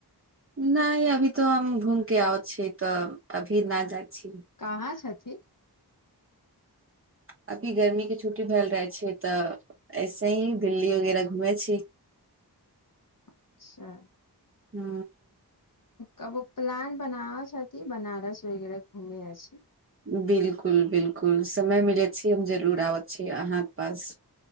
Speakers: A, on the right; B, on the left.
A: नहि अभी तो हम घूम के आउ छी तऽ अभी न जाइ छी
B: कहाँ छथि
A: अभी गर्मी के छुट्टी भेल रह छै तऽ ऐसे ही दिल्ली वगैरह घूमे छी
B: अच्छा
A: हू
B: कबो प्लान बनाब छथि बनारस वगैरह घुमे अछि
A: बिलकुल बिलकुल समय मिलै छी हम जरूर आबै छीियै अहाँके पास